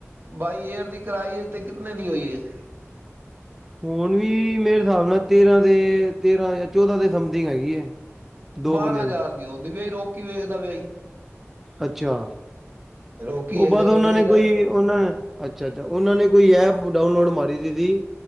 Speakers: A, on the right (about 45°); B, in the centre.
A: ਬਾਈ ਏਅਰ ਦੀ ਕਰਾਈ ਤੇ ਕਿਨੇ ਦੀ ਹੋਈ ਹੈ? <unintelligible>
B: ਹੁਣ ਵੀ ਮੇਰੇ ਹਿਸਾਬ ਨਾਲ ਤੇਰਾਂ ਦੇ ਤੇਰਾਂ ਚੋਦਾਂ ਦੇ ਸਮਥਿੰਗ ਹੈਗੀ ਹੈ। ਦੋ
A: ਬਾਰਾਂ
B: ਬੰਦਿਆਂ
A: ਹਜ਼ਾਰ ਦੀ ਆਉਦੀ ਪਈ ਰੋਕੀ ਵੇਖਦਾ ਪਿਆ ਸੀ
B: ਅੱਛਾ।
A: ਰੋਕੀ
B: ਉਹ ਬਾਅਦ
A: ਇੱਕ ਦਿਹਾੜੇ
B: ਉਹਨਾਂ
A: ਵੇਖਦਾ
B: ਨੇ ਕੋਈ ਉਹਨਾਂ ਨੇ ਅੱਛਾ ਅੱਛਾ ਉਹਨਾਂ ਨੇ ਕੋਈ ਇਹ ਡਾਊਨਲੋਡ ਮਾਰੀ ਸੀ ਸੀ